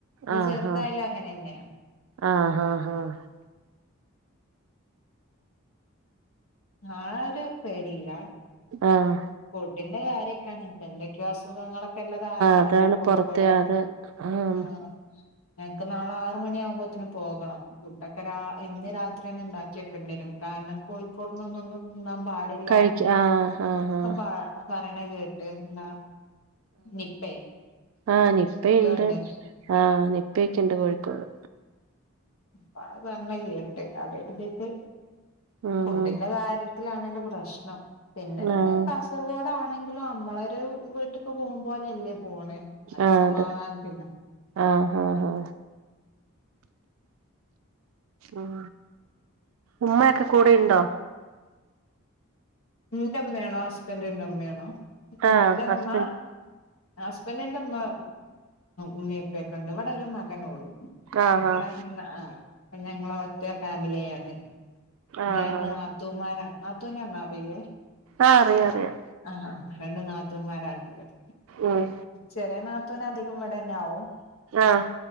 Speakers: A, on the left (about 80°); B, on the right (about 75°).
A: നീ
B: ആഹ്
A: ചെറുതായാലും അങ്ങനെ തന്നെയാണ്
B: ആഹ് ആഹ് ആഹ് ആഹ് ആഹ് ആഹ്
A: ആര് പേടിയില്ല
B: ആഹ
A: അതിന്റെ കാര്യൊക്കെയാണ് എന്തൊക്കെയാ അസുഖങ്ങളൊക്കെ ഉള്ള കാലാണല്ലോ
B: അതാണ്
A: കോഴിക്കോടൊക്കെ
B: പൊറത്തെ അത് ആഹ്
A: ആ ഞങ്ങക്ക് നാളെ ആറു മണി ആകുമ്പോഴത്തേനും പോകണം. ഫുഡൊക്കെ ഇന്ന് രാത്രി തന്നെ ഉണ്ടാക്കി വെക്കേണ്ടി വരും. കാരണം കോഴിക്കോടുന്നൊന്നും തിന്നാൻ പാടില്ലാന്നൊക്കെ
B: കഴിക്ക ആഹ് ആഹ് ആഹ്
A: അപ്പ പറയണ കേട്ട് എന്താ നിപ്പേ
B: ആ നിപ്പയിണ്ട്
A: എന്തൊക്കെയോ ഉണ്ട്
B: ആ നിപ്പയൊക്കെയിണ്ട് കോഴിക്കോട്
A: പ പറണ കേട്ട് ആദ്യായിട്ട് കേക്കേ
B: ഉം
A: ഫുഡിന്റെ
B: ഉം
A: കാര്യ ത്തിലാണ് എന്റെ പ്രശ്നം. പിന്നെ
B: ആഹ്
A: കാസർഗോഡാണ് ങ്കില് നമ്മളൊരു വീട്ടിക്ക് പോകുമ്പോലെയല്ലേ പോണേ അത്
B: ആഹ്
A: സമാധാനത്തിന
B: അതെ ആഹ് ആഹ് ആ ഉമ്മ ഒക്കെ കൂടെയുണ്ടോ?
A: എന്റെമ്മയാണോ ഹസ്ബൻഡിന്റെ ഉമ്മയാണോ എന്റെ
B: ആഹ് ഹസ്ബൻഡ്
A: ഉമ്മ ഹസ്ബൻറിന്റെ ഉമ്മാ ഉമ്മ ഉപ്പെയൊക്കെണ്ട് ഇവിടെ ഒരു മ നെ ഒള്ളൂ.
B: ആഹ്
A: ഇവിടെങ്ങനെ
B: ആഹ്
A: ആ ഞങ്ങളൊറ്റ ഫാമിലിയായാണ്
B: ആഹ്
A: രണ്ട്
B: ആഹ്
A: നാത്തൂന്മാരാണ്. നാത്തൂൻന്ന് പറഞ്ഞാ അറിയില്ലേ
B: ആ അറിയാ അറിയാം.
A: ആഹ രണ്ട് നാത്തൂന്മാരാണ് ഉള്ളത്.
B: ഉം
A: ചെറിയ നാത്തൂനധികം ഇവിടെന്നെ യാവും
B: ആഹ്